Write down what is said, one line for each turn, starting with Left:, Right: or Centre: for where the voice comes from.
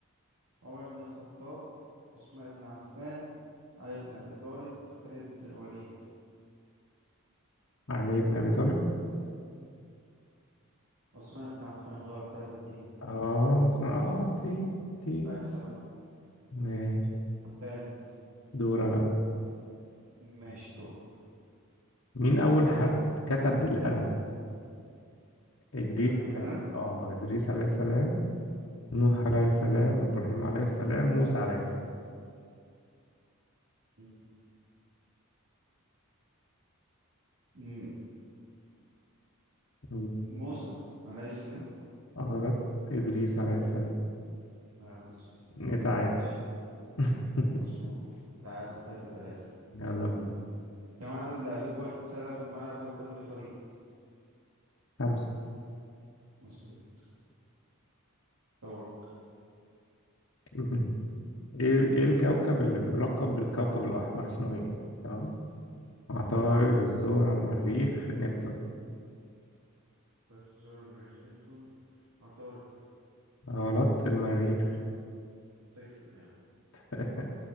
Right: عمر بن الخطاب عثمان بن عفان علي بن أبي طالب خالد بن الوليد
Left: علي بن أبي طالب
Right: عثمان بن عفان غلط تلاتة اتنين
Left: آه صح. آه نسيت نسيت
Right: أكسب أنا
Left: ماشي
Right: كانت
Left: دور أنا بقى
Right: ماشي دور
Left: مين أول حد كتب بالقلم؟ إدريس
Right: كتب بالقلم
Left: عليه آه إدريس عليه السلام نوح عليه السلام إبراهيم عليه السلام موسى عليه
Right: م- م-
Left: السلام
Right: موسى عليه السلام
Left: غلط إدريس عليه السلام
Right: عليه السلام.
Left: نتعادل
Right: ماشي
Left: <laughs>
Right: مظبوط تعادل تلاتة تلاتة
Left: يلا بينا
Right: كم عدد لاعبي كرة السلة في الملعب لكل فريق
Left: خمسة
Right: مظبوط دورك
Left: <laughs> إيه ال- إيه الكوكب اللي بيلقب بالكوكب الأحمر اسمه إيه؟ تمام عطارد
Right: ماشي
Left: الزهرة المريخ نبتون
Right: بس زور المريخ نبتون عطارد
Left: غلط المريخ
Right: تكسب يعني
Left: <laughs>